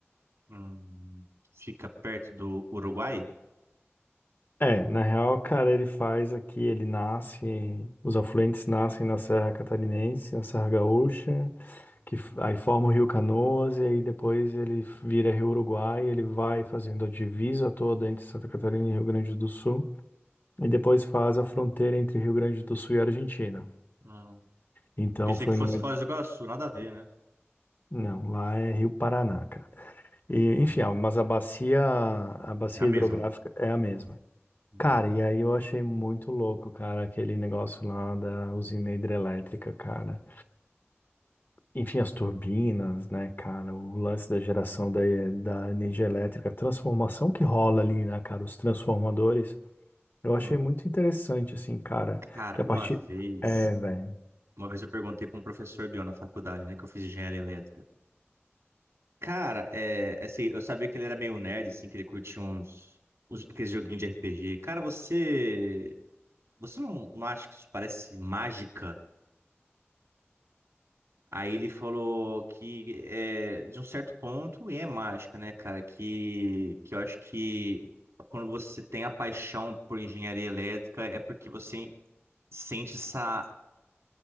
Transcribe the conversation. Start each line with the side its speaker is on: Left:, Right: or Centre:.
Right: Hum, fica perto do Uruguai?
Left: É, na real, cara, ele faz aqui, ele nasce, os afluentes nascem na Serra Catarinense, na Serra Gaúcha. que f- aí forma o Rio Canoas e aí depois ele vira Rio Uruguai, ele vai fazendo a divisa toda entre Santa Catarina e Rio Grande do Sul e depois faz a fronteira entre Rio Grande do Sul e Argentina.
Right: não.
Left: Então
Right: Pensei
Left: foi
Right: que fosse
Left: numa
Right: Foz do Iguaçu, nada a ver, né?
Left: Não, lá é Rio Paraná, cara. E,
Right: Hum,
Left: enfim, ah, mas a bacia, a bacia
Right: é a mesma.
Left: hidrográfica é a mesma.
Right: Uhum,
Left: Cara, e aí eu achei muito louco, cara, aquele negócio lá da usina hidrelétrica, cara. Enfim, as turbinas, né, cara? O lance da geração da, da energia elétrica, a transformação que rola ali, né, cara? Os transformadores. Eu
Right: Uhum.
Left: achei muito interessante, assim, cara.
Right: Cara,
Left: Que a
Right: uma
Left: partir.
Right: vez,
Left: É, velho.
Right: uma vez eu perguntei para um professor meu na faculdade, né, que eu fiz engenharia elétrica. Cara, é, assim, eu sabia que ele era meio nerd, assim, que ele curtia uns, uns aqueles joguinhos de RPG. Cara, você, você não, não acha que isso parece mágica? Aí ele falou que, é, de um certo ponto, é mágica, né, cara? Que, que eu acho que quando você tem a paixão por engenharia elétrica é porque você sente essa,